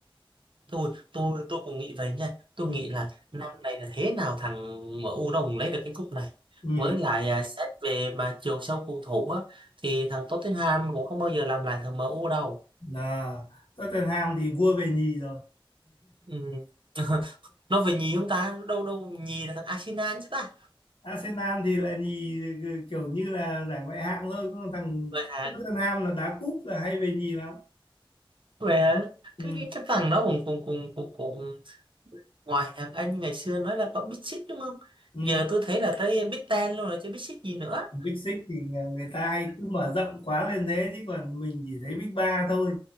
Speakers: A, on the right (about 65°); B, on the left (about 70°).
A: Tôi tôi tôi cũng nghĩ vậy nha. Tôi
B: ừ.
A: nghĩ là năm này là thế nào thằng MU nó cũng lấy được cái cúp này.
B: Ừ.
A: Với lại à, xét về mà chiều sâu cầu thủ á thì thằng Tottenham cũng không bao giờ làm lại thằng MU đâu.
B: À, Tottenham thì vua về nhì rồi
A: Ừ. Nó về nhì không ta? Đâu đâu nhì là thằng Arsenal chứ ta.
B: Arsenal thì là nhì ừ, kiểu như là giải ngoại hạng thôi còn thằng
A: Vậy hả?
B: Tottenham là đá cúp là hay về nhì lắm
A: Vậy hả?
B: ừ.
A: Cái cái, cái thằng đó cũng cũng cũng cũng cũng ngoài hàng Anh ngày xưa nói là có Big Six đúng không
B: Ừ.
A: giờ tôi thấy là tới Big Ten luôn rồi chứ Big Six gì nữa
B: Big Six thì ng- người ta hay cứ mở rộng quá lên thế chứ còn mình chỉ thấy Big Ba thôi